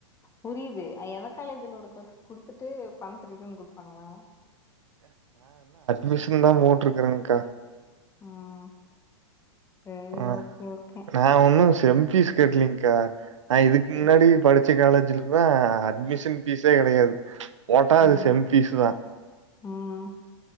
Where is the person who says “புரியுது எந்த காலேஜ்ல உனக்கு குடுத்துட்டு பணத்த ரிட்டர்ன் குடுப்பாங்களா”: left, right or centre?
Left